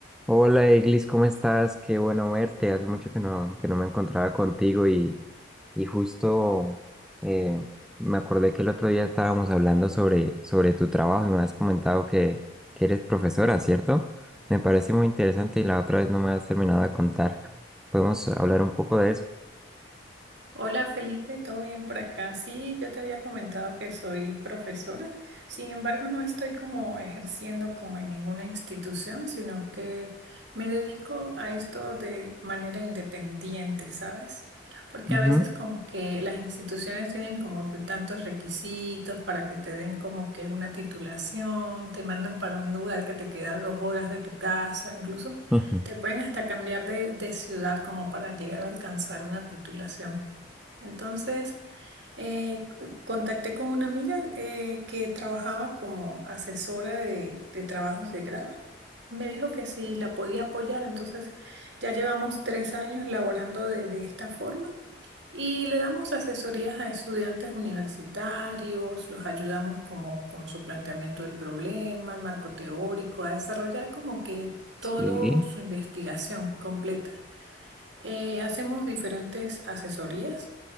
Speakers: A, in the centre; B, on the right.
A: Hola Eglis, ¿cómo estás? Qué bueno verte. Hace mucho que no, que no me encontraba contigo y, y justo eh, me acordé que el otro día estábamos hablando sobre, sobre tu trabajo y me has comentado que, que eres profesora, ¿cierto? Me parece muy interesante y la otra vez no me has terminado de contar. ¿Podemos hablar un poco de eso?
B: Hola Felipe, ¿todo bien por acá? Sí, yo te había comentado que soy profesora, sin embargo no estoy como ejerciendo como en ninguna institución, sino que me dedico a esto de manera independiente, ¿sabes? Porque
A: Ujú,
B: a veces como que las instituciones tienen como que tantos requisitos para que te den como que una titulación, te mandan para un lugar que te queda dos horas de tu casa, incluso
A: <laughs> ujú,
B: te pueden hasta cambiar de, de ciudad como para llegar a alcanzar una titulación. Entonces, eh, c- contacté con una amiga eh, que trabajaba como asesora de, de trabajos de grado. Me dijo que si la podía apoyar, entonces ya llevamos tres años laborando de, de esta forma y le damos asesorías a estudiantes universitarios, los ayudamos como con su planteamiento del problema, el marco teórico, a desarrollar como que toda
A: Sí.
B: su investigación completa. Eh, hacemos diferentes asesorías